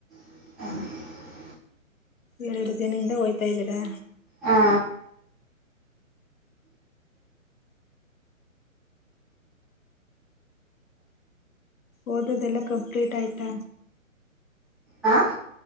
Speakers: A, in the centre; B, on the left (about 75°).
A: <inaudible>
B: ಎರಡ್ ದಿನಯಿಂದ ಹೋಯ್ತಾ ಇದ್ದೀರಾ.
A: ಹಾ.
B: ಓದೋದೆಲ್ಲ ಕಂಪ್ಲೀಟ್ ಆಯ್ತಾ.
A: ಹ